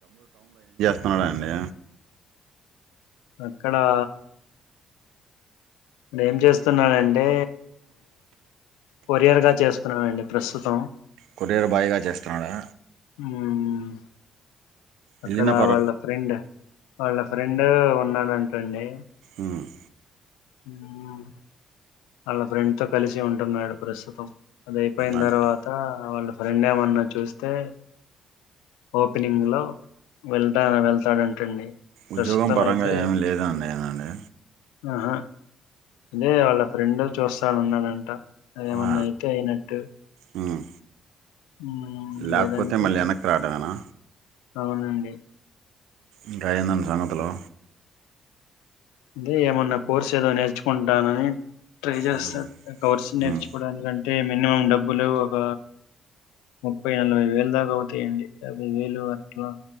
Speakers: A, on the right; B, on the left.
A: అవున అండి
B: అక్కడా ఏం చేస్తున్నారంటే కొరియర్ గా చేస్తున్నానండి ప్రస్తుతం
A: కొరియర్ బాయ్ గా జేస్తున్నాడా?
B: ఉమ్ అక్కడ
A: ఎళ్ళిన పర
B: వాళ్ళ ఫ్రెండ్, వాళ్ళ ఫ్రెండూ ఉన్నాడంటండీ.
A: ఉమ్
B: ఊమ్, వాళ్ళ ఫ్రెండ్ తో కలిసి ఉంటున్నాడు ప్రస్తుతం అది అయిపోయిన
A: అంటే
B: తర్వాత వాళ్ళ ఫ్రెండ్ ఏమన్నా చూస్తే ఓపెనింగ్ లో వెళ్తా వెళ్తాడంటండి ప్రస్తుతం
A: ఉద్యోగం పరంగా
B: అయితే
A: ఏమ్ లేదా అండీ, ఏవండీ?
B: ఆహా అదే వాళ్ళ ఫ్రెండ్ చూస్తానున్నాడంట అదేమన్నా
A: ఆ!
B: అయితే అయినట్టు
A: హ్మ్.
B: ఉమ్
A: లేకపోతే
B: లేదంటే
A: మళ్ళీ ఎనక్కి రావడమేనా?
B: అవునండి
A: ఇంకా ఏందండి సంగతులూ?
B: అదే ఏమన్న కోర్స్ ఏదో నేర్చుకుంటానని ట్రై చేస్తాడు
A: హ్మ్.
B: కవర్స్ నేర్చుకోవడానికంటే
A: హ్మ్.
B: మినిమం డబ్బులు ఒక ముప్పై నలభై వేలు దాకా అవుతాయండి. యాభై వేలు వర రా